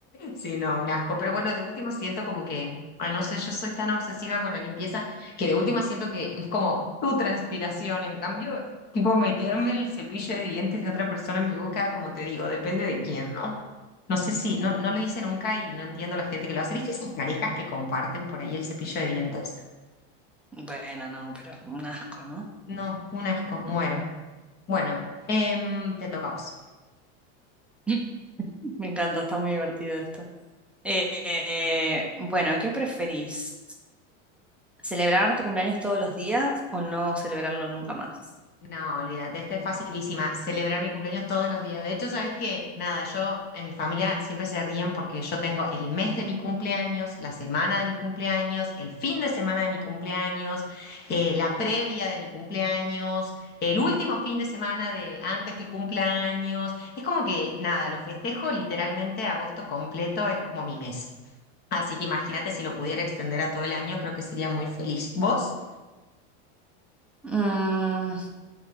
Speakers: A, on the left (about 30°); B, in the centre.
A: Sí, no, un asco. Pero bueno, de última siento como que, ay, no sé, yo soy tan obsesiva con la limpieza que de última siento que es como tu transpiración. En cambio, tipo meterme el cepillo de dientes de otra persona en mi boca, como te digo, depende de quién, ¿no? No sé si, no, no lo hice nunca y no entiendo la gente que lo hace. ¿Viste esas parejas que comparten por ahí el cepillo de dientes?
B: Bueno, no, pero un asco, ¿no?
A: No, un asco, muero. Bueno, em, te toca a vos.
B: <laughs> Me encanta, está muy divertido esto. Eh, eh, bueno, ¿qué preferís? ¿Celebrar tu cumpleaños todos los días o no celebrarlo nunca más?
A: No, olvídate, esta es facilísima. Celebrar mi cumpleaños todos los días. De hecho, ¿sabes qué? Nada, yo en mi familia siempre se ríen porque yo tengo el mes de mi cumpleaños, la semana de mi cumpleaños, el fin de semana de mi cumpleaños, eh, la previa de mi cumpleaños, el último fin de semana de antes que cumpleaños. Es como que, nada, lo festejo literalmente agosto completo, es como mi mes. Así que imagínate si lo pudiera extender a todo el año, creo que sería muy feliz. ¿Vos?
B: Mm,